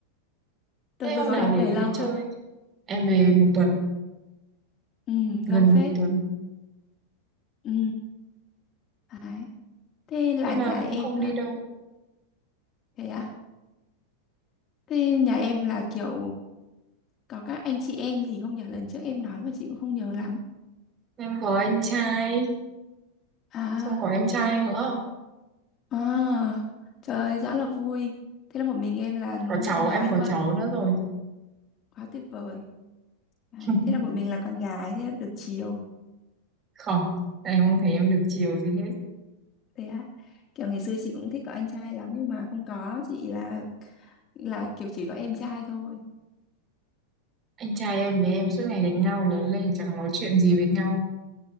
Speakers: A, on the right; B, on the left.
A: Thế
B: đợt vừa
A: hôm
B: rồi
A: nào
B: em
A: để
B: về lâu
A: đi
B: không
A: chơi. Em về một tuần,
B: ừ
A: gần
B: lâu phết
A: một tuần.
B: ừ đấy thế là
A: Nhưng
B: nhà
A: mà cũng
B: em
A: không
B: là
A: đi đâu.
B: thế à Thế nhà em là kiểu có các anh chị em gì không nhỉ? Lần trước em nói mà chị cũng không nhớ lắm.
A: Em có anh trai,
B: À,
A: xong có em trai nữa.
B: à, trời ơi, rõ là vui. Thế là một mình em là
A: Có cháu,
B: con
A: em
B: gái
A: có
B: luôn.
A: cháu nữa rồi.
B: Quá tuyệt vời. Đấy,
A: <laughs>
B: thế là một mình là con gái, thế là được chiều.
A: Không, em không thấy em được chiều gì hết.
B: Thế á. Kiểu ngày xưa chị cũng thích có anh trai lắm nhưng mà không có, chị là là kiểu chỉ có em trai thôi.
A: Anh trai em với em suốt ngày đánh nhau lớn lên chẳng nói chuyện gì với nhau.